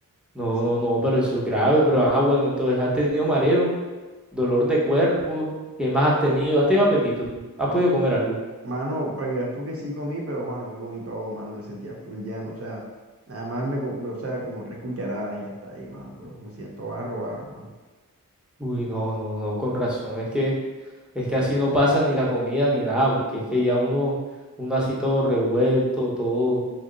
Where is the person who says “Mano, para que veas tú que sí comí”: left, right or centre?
Right